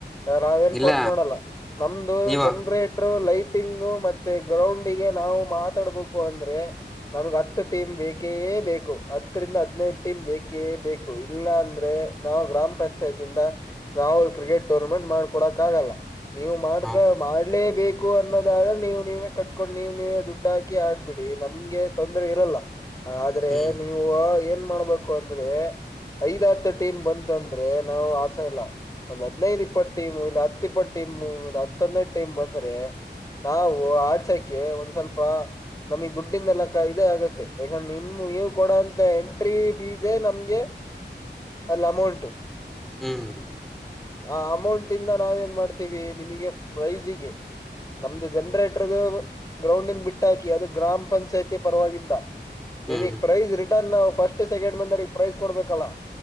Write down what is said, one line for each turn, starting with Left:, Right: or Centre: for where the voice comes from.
Left: ನಾವೇನ್ ಫೋರ್ಸ್
Centre: ಇಲ್ಲ
Left: ಮಾಡಲ್ಲ ನಮ್ದು
Centre: ನೀವ
Left: ಜನ್ರೇಟ್ ರು ಲೈಟಿಂಗು ಮತ್ತೆ ಗ್ರೌಂಡ ಗೆ ನಾವು ಮಾತಾಡ್ಬೇಕು ಅಂದ್ರೆ. ನಮ್ಗೆ ಹತ್ತು ಟೀಮ್ ಬೇಕೇ ಬೇಕು ಹತ್ತರಿಂದ ಹದಿನೈದು ಟೀಮ್ ಬೇಕೇ ಬೇಕು ಇಲ್ಲ ಅಂದ್ರೆ. ನಾವು ಗ್ರಾಮ ಪಂಚಾಯಿತಿಂದ ನಾವು ಕ್ರಿಕೆಟ್ ಟೂರ್ನಮೆಂಟ್ ಮಾಡ್ಕೊಡಕ್ ಆಗಲ್ಲ. ನೀವು ಮಾಡ್ಕ
Centre: ಹ
Left: ಮಾಡಲೇಬೇ ಕು ಅನ್ನೋದಾದ್ರೆ ನೀವು ನೀವೇ ಕಟ್ಕೊಂಡ್ ನೀವ್ ನೀವೇ ದುಡ್ಡು ಹಾಕಿ ಆಡ್ಬಿಡಿ ನಮ್ಗೆ ತೊಂದರೆ ಇರಲ್ಲ. ಆದ್ರೆ
Centre: ಹ್ಮ್
Left: ನೀವು ಏನ್ ಮಾಡ್ಬೇಕು ಅಂದ್ರೆ ಐದ ಹತ್ತು ಟೀಮ್ ಬಂತು ಅಂದ್ರೆ ನಾವು ಆಡ್ಸೋ ಇಲ್ಲ. ಒಂದ್ ಹದ್ನೈದು ಇಪ್ಪತ್ತು ಟೀಮ್ ಇಲ್ಲ ಹತ್ ಇಪ್ಪತ್ತು ಟೀಮ್ ಇಲ್ಲ ಹತ್ತ ಹದಿನೈದ ಟೀಮ್ ಬಂದರೆ. ನಾವು ಆಡ್ಸಕೆ ಒಂದ್ ಸ್ವಲ್ಪ. ನಮಗ್ ದುಡ್ಡಿಂದೆಲ್ಲ ಅಕಾ ಇದಗತ್ತೆ ಯಾಕ ನಿಮ ನೀವು ಕೊಡಂತ ಎಂಟ್ರಿ ಫೀಸೇ ನಮ್ಗೆ ಅಲ್ಲ ಅಮೌಂಟು.
Centre: ಹ್ಮ.
Left: ಆ ಅಮೌಂಟ್ ಇಂದ ನಾವೇನ ಮಾಡ್ತೀವಿ ನಿಮಗೆ ಪ್ರೈಸಿಗೆ ನಮ್ದು ಜನ್ರೇಟರ್ದು ಗ್ರೌಂಡಿಂದ ಬಿಟ್ಟಾಕಿ ಅದು ಗ್ರಾಮ ಪಂಚಾಯತಿ ಪರವಾಗಿಂದ ನಿಮಗ
Centre: ಹ್ಮ್
Left: ಪ್ರೈಸ್ ರಿಟರ್ನ್ ನಾವ ಫಸ್ಟ್ ಸೆಕೆಂಡ್ ಬಂದವರಿಗ ಪ್ರೈಸ್ ಕೊಡ್ಬೇಕಲ್ಲಾ.